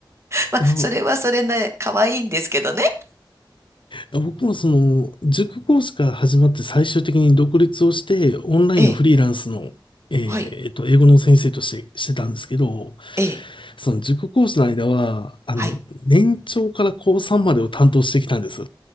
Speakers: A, on the right; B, on the left.
A: まあ、
B: や、
A: それはそれな、可愛いんですけどね。
B: 僕もその、塾講師から始まって最終的に独立をして、オンラインのフリーランスの、
A: ええ、
B: えーえっと、
A: はい、
B: 英語の先生として、してたんですけど、
A: ええ、
B: その塾講師の間は、あの、
A: はい。
B: 年長から高3までを担当してきたんです。